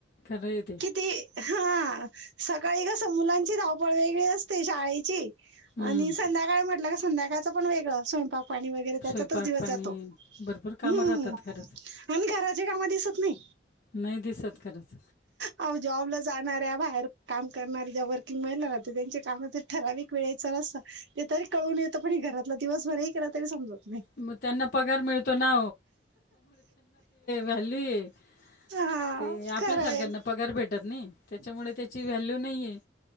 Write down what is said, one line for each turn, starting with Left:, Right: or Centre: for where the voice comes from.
Left: खरं आहे ते
Right: किती हा, सकाळी कसं मुलांची धावपळ वेगळी असते शाळेची.
Left: हम्म.
Right: आणि संध्याकाळी म्हटलं का संध्याकाळचं पण वेगळं स्वयंपाक. पाणी वैगरे त्याच
Left: स्वयंपाक
Right: दिवस
Left: पाणी
Right: जातो,
Left: भरपूर कामं
Right: हम्म,
Left: राहतात खरंच
Right: आणि घरात ते काम दिसत नाही,
Left: नाही दिसत खरंच
Right: आव जॉबला जा. जाणाऱ्या बाहेर, काम करणाऱ्या ज्या वर्किंग महिला आहत त्यांच्या काम ठराविक वेळेच अस ते तरी कळून येतं पनी घरात. आपल दिवसभरही केला तरी समजत नाही.
Left: मग त्यांना पगार मिळतो ना व्हॅल्यु ये.
Right: हा
Left: ते
Right: खरंय
Left: आपल्यासारख्यांना पगार भेटत नाही, त्याच्यामुळे त्याची व्हॅल्यू नाहीये.